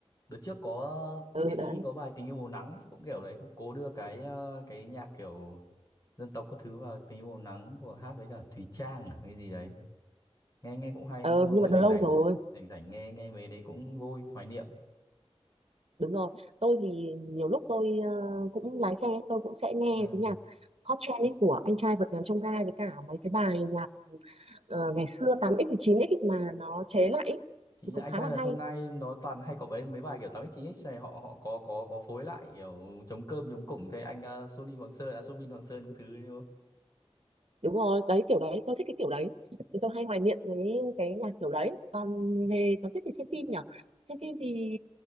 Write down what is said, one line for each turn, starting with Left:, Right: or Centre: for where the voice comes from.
Left: đợt trước có
Right: ừ
Left: Big Daddy
Right: đấy
Left: có bài tình yêu màu nắng ấy, cũng kiểu đấy cũng cố đưa cái ờ, cái nhạc kiểu dân tộc các thứ vào tình yêu màu nắng của hát với cả Thùy Trang à, hay gì đấy nghe nghe cũng hay
Right: ờ
Left: nói chung là
Right: nhưng
Left: ngồi
Right: mà đã
Left: rảnh
Right: lâu
Left: rảnh
Right: rồi
Left: rảnh rảnh nghe nghe mấy đấy cũng vui hoài niệm
Right: đúng rồi tôi thì nhiều lúc tôi ờ, cũng lái xe tôi cũng sẽ nghe
Left: ừ.
Right: cái nhạc hot trend ấy của anh trai vượt ngàn chông gai với cả mấy cái bài nhạc ờ, ngày xưa 8x và 9x ấy mà nó chế lại ấy,
Left: chính
Right: thì cũng
Left: là anh
Right: khá
Left: trai
Right: là
Left: và
Right: hay
Left: sông Gai nó toàn hay có mấy mấy bài kiểu 8x9x này họ họ có có có phối lại kiểu chống cơm chống củng thế anh ờ, Sony Hoàng Sơn à, Soobin Hoàng Sơn các thứ ấy đúng không?
Right: đúng rồi đấy kiểu đấy tôi thích cái kiểu đấy thì tôi hay hoài niệm với cái nhạc kiểu đấy còn về còn tiếp thì xem phim nhỉ xem phim thì